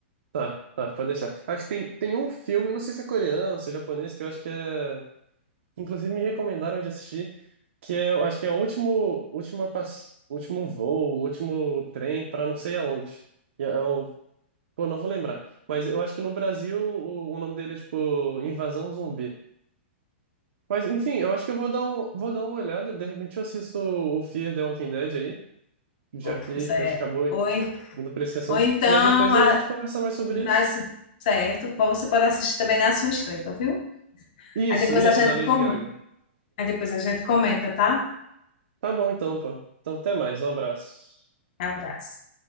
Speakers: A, on the right; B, on the left.
A: Tá, tá, pode deixar. Acho que tem, tem um filme, não sei se é coreano, se é japonês, que eu acho que é. Inclusive me recomendaram de assistir, que é, eu acho que é o último, última pass... último voo, último trem pra não sei aonde. E É é o... Pô, não vou lembrar. Mas eu acho que no Brasil o, o nome dele é tipo Invasão Zumbi. Mas enfim, eu acho que eu vou dar um, vou dar uma olhada. De repente eu assisto o Fear the Walking Dead aí, já
B: Ou,
A: que
B: você é-
A: acho que acabou
B: ou,
A: indo pra esse assunto.
B: ou então,
A: E aí depois
B: a-
A: a gente conversa mais sobre
B: nas,
A: isso.
B: certo? Pô, Você pode assistir também na sua estreia, viu?
A: Isso,
B: Aí depois
A: isso,
B: a gente,
A: da Lady
B: com-
A: Gaga.
B: aí depois a gente comenta, tá?
A: Tá bom então, pô. Então até mais, um abraço.
B: Abraço.